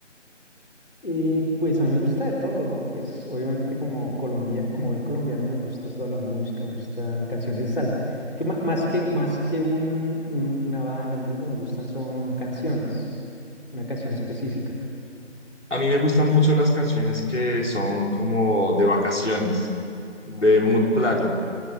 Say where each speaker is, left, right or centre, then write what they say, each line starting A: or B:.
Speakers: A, on the left (about 45°); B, on the left (about 70°).
A: Eh, pues a mí me gusta de todo, ¿no? Pues obviamente como Colombia, como buen colombiano nos gusta toda la música, me gustan canciones de salsa. Que ma- más que, más que un, un- una banda, un grupo, me gustan son canciones, una canción específica.
B: A mí me gustan mucho las canciones que son como de vacaciones, de mood playa.